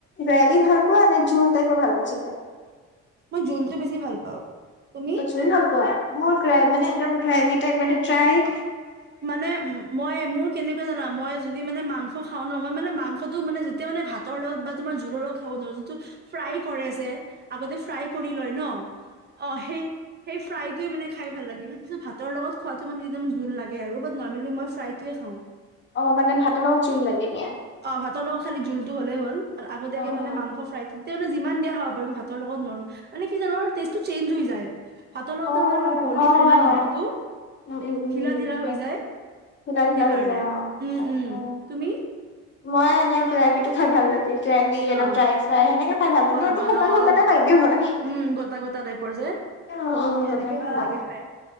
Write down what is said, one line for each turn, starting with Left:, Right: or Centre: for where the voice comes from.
Left: গ্ৰেভি ভাল পোৱা নে জ টাইপ ভাল পোৱা চিকেন
Right: মই জলটো বেছি ভাল পাওঁ তুমি
Left: োৱা মোৰ মানে এক্ৰ মানাই
Right: মানে মই মোৰ কেনেকুৱা জানা মই যদি মানে মাংস খাও নোৱাৰো মই মানে মাং ো মানে যেতিয়া মানে ভাতৰ লগত বা তোমাৰ জোলৰ লগত খাব নোৱাৰো যোনটো ফ্ৰাই কৰে যে আগতে ফ্ৰাই কৰি লয় ন অ সেই সেই ফ্ৰাইটয়ে মানে খাই ভাল লাগে পিছত ভাতৰ লগত খোৱাাতটো মানে একদ জোল লাগে আৰু নৰ্মেল মই ফ্ৰাইটোৱে খাওঁ
Left: অ', মানে ভাতৰ লগত জোল লাগিব।
Right: ভাত ন খালি জুল হ'লেই হল আগতীয়াকে
Left: অ',
Right: মানে
Left: অ'।
Right: মাংস ফ্ৰাই থতে মানে যিমান দিয়া খাব পাৰি মই হাতৰ লগত নোৱাৰো মানে কি জানো টেষ্টটো চেঞ্জ হৈ যায় হাতৰ লগওঁতে
Left: অ',
Right: মানে অলপ গলি
Left: অ'।
Right: যায় ন মাংসটো
Left: উম, উম, উম।
Right: ঢিলা া হৈ যায়
Left: ঢিলা ঢিলা
Right: সেইকাৰণে
Left: হৈ যায় অ',
Right: উম
Left: তাকে।
Right: উম তুমি
Left: মই এনে গিলাপি টো খাই ভাল লাগিল গ্ৰেভি একদম
Right: অ
Left: ড্ৰাই ফ্ৰাই সেনেকে খাই ভাল লাগে
Right: অলপমান
Left: মইটো শুকান
Right: অ
Left: শুকানে
Right: অলপ
Left: পাই দিওঁ মই
Right: উম গটা গটা টাইপৰ যে
Left: উ উ কথা
Right: এনেকে
Left: ক
Right: ভাল লাগে খাই